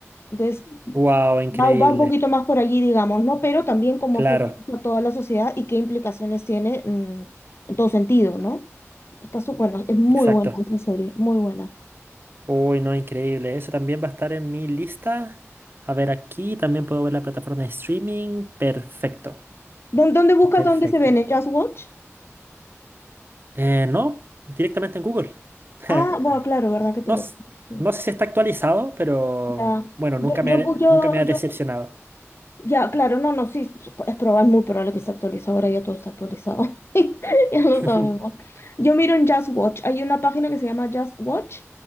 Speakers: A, on the left; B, on the right.
A: Entonces,
B: Wow, increíble.
A: va, va un poquito más por allí, digamos, ¿no? Pero también cómo
B: Claro,
A: afecta a toda la sociedad y qué implicaciones tiene, mm, en todo sentido, ¿no? Está su, bueno, es muy
B: exacto.
A: buena esa serie, muy buena.
B: Uy, no, increíble. Eso también va a estar en mi lista. A ver, aquí también puedo ver la plataforma de streaming. Perfecto,
A: ¿Dó- ¿Dónde buscas
B: perfecto.
A: dónde se ven? ¿En Just Watch?
B: Eh, no, directamente en Google. <laughs>
A: Ah, bueno, claro, ¿verdad que te
B: No,
A: lo...
B: s-
A: sí.
B: no sé si está actualizado, pero
A: Ya.
B: bueno,
A: Yo,
B: nunca me
A: yo,
B: ha, de-
A: bu- yo,
B: nunca me ha decepcionado.
A: yo- ya, claro, no, no, sí, es probable, muy probable que esté actualizado, ahora ya todo está actualizado, <laughs> ya lo
B: <laughs>
A: sabemos. Yo miro en Just Watch, hay una página que se llama Just Watch,